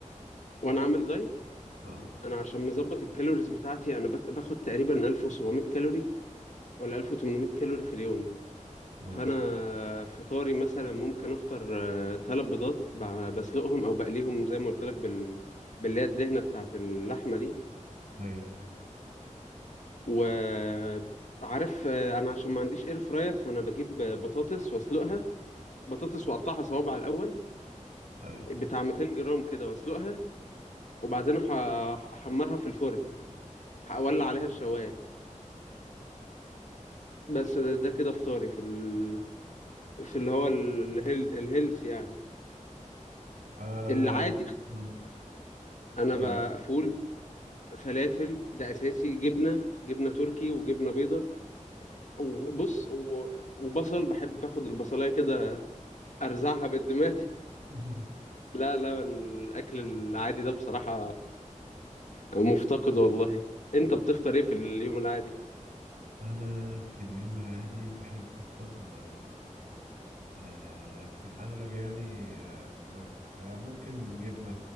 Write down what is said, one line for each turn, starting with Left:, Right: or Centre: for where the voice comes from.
Left: وانا عامل دايت
Right: اه
Left: انا عشان مظبط الكالوريز بتاعتي انا باك- باخد تقريبا 1700 كالوري ولا 1800 كالوري في اليوم
Right: اه
Left: فانا فطاري مثلا ممكن افطر آه، تلات بيضات بع- بسلقهم او بقليهم زي ما قلت لك بال باللي هي الدهنه بتاعت اللحمه دي
Right: ايوه
Left: وعارف آه، انا عشان ما عنديش اير فراير فانا بجيب آه، بطاطس واسلقها بطاطس واقطعها صوابع الاول
Right: ايوه
Left: بتاع 200 جرام كده واسلقها وبعدين أح- احمرها في الفرن اولع عليها الشوايه بس ده, ده كده فطاري في ال... في اللي هو الهيل... الهيلث يعني
Right: آه.
Left: العادي
Right: آه.
Left: انا
Right: أيوه
Left: بقى فول فلافل ده اساسي جبنه جبنه تركي وجبنه بيضه وبص و... وبصل بحب اخد البصلايه كده ارزعها بالدماغ <laughs>
Right: <laughs>
Left: لا لا الأكل العادي ده بصراحة مفتقد والله أنت بتفطر إيه في اليوم العادي؟
Right: أنا في اليوم العادي بحب أفطر آه. آه، في الأغلب يعني آه. آه. آه، ممكن جبنة